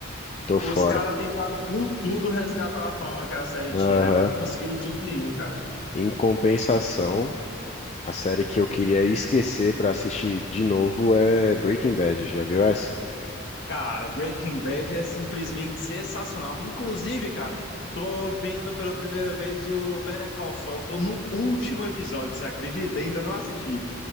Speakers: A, on the left; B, on the left.
A: Tô fora.
B: Os caras tentaram por tudo resgatar a fama que a série
A: Aham.
B: tinha, né? Mas não conseguiram de jeito nenhum, cara.
A: Em compensação, a série que eu queria esquecer pra assistir de novo é Breaking Bad. Já viu essa?
B: Cara, Breaking Bad é simplesmente sensacional. Inclusive, cara, tô vendo pela primeira vez o Better Call Saul. Tô no último episódio, você acredita? Ainda não assisti.